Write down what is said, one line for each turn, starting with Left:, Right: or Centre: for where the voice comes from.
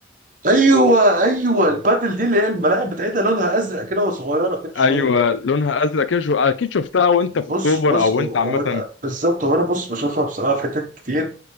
Right: ايوه ايوه البادل دي اللي هي الملاعب بتاعتها لونها ازرق كده وصغيره كده شويه
Left: ايوه لونها ازرق كده شو- اكيد شفتها وانت في
Right: بص
Left: اكتوبر
Right: بص
Left: او
Right: هو
Left: وانت
Right: هو
Left: عامه
Right: أنا- بالظبط هو انا بص بشوفها بصراحه في حتت كتير